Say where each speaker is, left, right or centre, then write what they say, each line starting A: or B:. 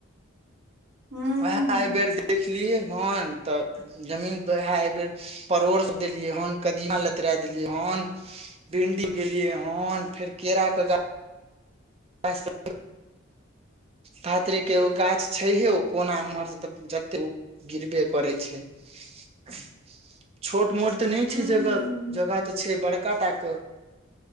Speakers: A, on the right (about 55°); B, on the right (about 30°).
A: हूँ
B: ह बेर देख सिखलि यै हन तऽ जमीन पर उह एहि बेर परोड़ सब देलियै हेन कदीमा लतरा देलियै हन भिंडी गेलियए हन फेर केरा के गाछ सब धात्रिक के एगो गाछ छैहौ कोना एम्हर त तऽ जते गिरबे करे छै छोट मोट तऽ नहि
A: हूँ
B: छै जगह
A: हूँ
B: जगह तऽ छै बड़का टा कऽ